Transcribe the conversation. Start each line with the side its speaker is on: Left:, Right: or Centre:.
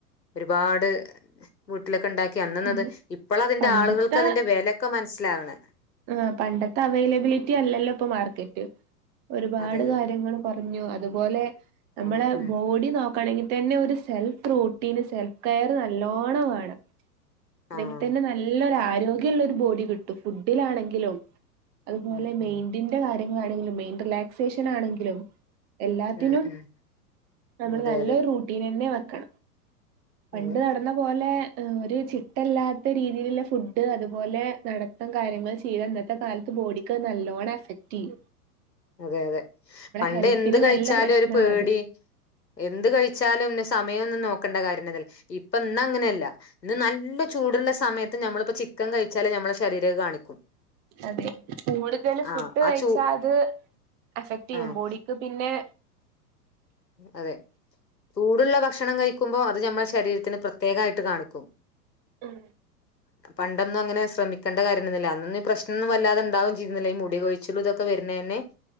Left: ഒരുപാട് വീട്ടിലൊക്കെ ഇണ്ടാക്കി അന്നന്നത്
Right: അതെ
Left: ഇപ്പളാ അതിന്റെ
Right: പണ്ടത്തെ
Left: ആളുകൾക്ക് അതിന്റെ വെലൊക്കെ മൻസ്സിലാവ്ണ.
Right: ആഹ് പണ്ടത്തെ അവൈലബിലിറ്റി അല്ലല്ലോ ഇപ്പൊ മാർക്കറ്റ്. ഒരുപാട്
Left: അതെ അതെ
Right: കാര്യങ്ങളും പറഞ്ഞു അതുപോലെ നമ്മളെ
Left: ആഹ് ഉം
Right: ബോഡി നോ ക്കണെങ്കിതന്നെ ഒരു സെൽഫ് റോട്ടീന് സെൽഫ് കെയർ നല്ലോണ്ണം വേണം. <unintelligible>
Left: ആഹ്
Right: നല്ലൊരു ആരോഗ്യംള്ളൊരു ബോഡി കിട്ടും. ഫുഡിലാണെങ്കിലും അതുപോലെ
Left: ഉം
Right: മൈഡിന്റെ
Left: ഉം
Right: കാര്യങ്ങളാണെങ്കിലും മെൻഡറ് റിലാക്സേഷൻ ആണെങ്കിലും എല്ലാത്തിനും
Left: ഉം ഉം
Right: നമ്മള്
Left: അതെ
Right: നല്ലൊരു
Left: അതെ
Right: റൂട്ടീനന്നെ വെക്കണം പണ്ട്
Left: അതെ
Right: നടന്ന പോലെ ഒരു ചിട്ടല്ലാത്ത രീതിയില്ള്ള ഫുഡ് അതുപോലെ നടത്തം കാര്യങ്ങള് ചെയ്ത ഇന്നത്തെ കാലത്ത് ബോഡിക്ക ഹ് നല്ലോണ്ണം എഫക്ട്യ്യും.
Left: അതെ അതെ പണ്ട്
Right: ഹെൽത്തിന്
Left: എന്ത് കഴിച്ചാലും
Right: നല്ല പ്രശ്നമാണത്
Left: ഒരു പേടി എന്ത് കഴിച്ചാലും ഇന്ന സമയംന്നൊന്നും നോക്കണ്ട കാര്യം തെന്ന ഇല്ലഇപ്പ ഇന്ന അങ്ങനെയല്ല ഇന്ന് നല്ല ചൂടുള്ള സമയത്ത് നമ്മള്പ്പോ ചിക്കൻ കഴിച്ചാല് ഞമ്മളെ ശരീരഹ് കാണിക്കും
Right: അതെ കൂടുതല് ഫുഡ്
Left: ആഹ് ആ
Right: കഴിച്ചാ
Left: ചൂ
Right: അത് എഫക്ട്യ്യും
Left: ആഹ്
Right: ബോഡിക്ക് പിന്നെ
Left: അതെ ചൂട്ള്ള ഭക്ഷണം കഴിക്കുമ്പോ അത് നമ്മളെ ശരീരത്തിന് പ്രത്യേകായിട്ട് കാണിക്കും
Right: ഉം
Left: പണ്ടൊന്നും അങ്ങനെ ശ്രമിക്കണ്ട കാര്യംതന്നെ ഇല്ല. അന്നൊന്നും ഇ പ്രശ്നംന്നും വല്ലാതെ ഇണ്ടാവും ചെയ്തിരുന്നില്ല ഈ മുടികൊഴിച്ചിലുതൊക്കെ വര്ണെന്